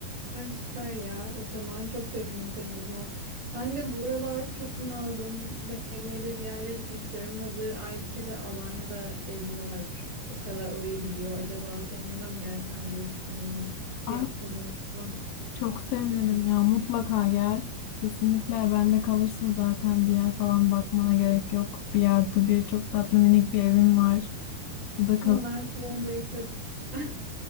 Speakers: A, on the right; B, on the left.
A: Ay süper ya. O zaman çok sevinirim senin adına. Ben de bu aralar çok bunaldım ve böyle bir yerlere gitmek istiyorum. Hazır Aybüke'de Alanya'da evi var. O kadar orayı biliyor. Acaba senin yanına mı gelsem diye düşünüyorum.
B: Ay,
A: Bir haftalığına falan.
B: çok sevinirim ya. Mutlaka gel. Kesinlikle bende kalırsın zaten. Bir yer falan bakmana gerek yok. Bir yerde bir çok tatlı minik bir evim var. Burada kal.
A: Ama ben salonda yatarım. <laughs>